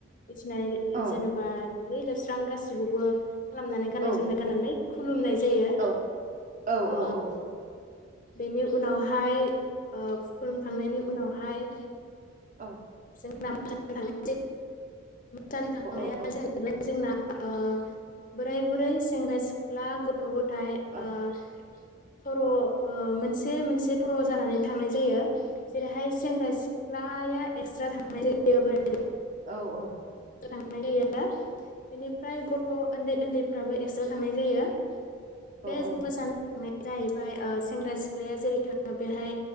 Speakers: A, on the left; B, on the right.
A: उथिनानै
B: औ
A: जेनेबा दुगै लोबस्रां गासिखौबो खालामनानै गोननाय
B: औ
A: जोमनाय गाननानै खुलुमनाय जायो
B: औ औ
A: ओ
B: औ औ
A: बेनि उनावहाय ओ खलुमखांनायनि उनाव हाय
B: औ
A: <unintelligible> जानो थांनाया
B: औ
A: जाहैबाय जोंना ओ बोराइ बुरै स सेंग्रा सिख्ला गथ गथ' गथाय
B: औ
A: ओ सर' ओ मोनसे मोनसे थर' जानानै थांनाय जायो। जेरैहाय सेंग्रा सिख्लाया एकस्रा थांनाय जायो बोराइ
B: औ औ।
A: नाय जायो। बेनिफ्राय गथ' ओन्दै ओन्दैफ्राबो एकस्रा थांनाय जायो। बे <unintelligible>
B: औ
A: <unintelligible> जाहैबाय ओ स सेंग्रा सिख्लाया जेरै थाङो बेहाय